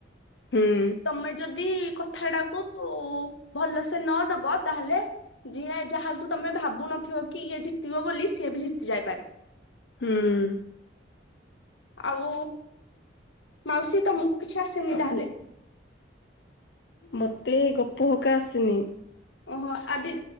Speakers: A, on the left; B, on the left.
A: ହୁଁ
B: ତମେ ଯଦି କ କଥାଟାକୁ ଉ ଭଲସେ ନ ନବ ତାହେଲେ ଯିଏ ଯାହାକୁ ତମେ ଭାବୁ ନଥିବ କି ଇଏ ଜିତିବ ବୋଲି ସିଏ ବି ଜିତି ଯାଇପାରେ।
A: ହୁଁ
B: ଆଉ ମାଉସୀ ତମକୁ କିଛି ଆସେନି ତାହେଲେ।
A: ମତେ ଗପ ଏକା ଆସେନି।
B: ଓହୋ ଆଦି